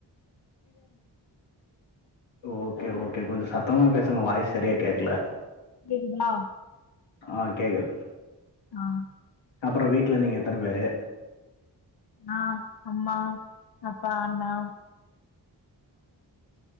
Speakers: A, on the left (about 80°); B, on the left (about 60°).
A: ஓகே ஓகே கொஞ்சோ சத்தமா பேசுங்க வாய்ஸ் சரியா கேக்கல
B: கேக்குதா
A: ஆ கேக்கு
B: ஆ
A: அப்புறோ வீட்டுல நீங்க எத்தன பேரு
B: நா அம்மா அப்பா அண்ணா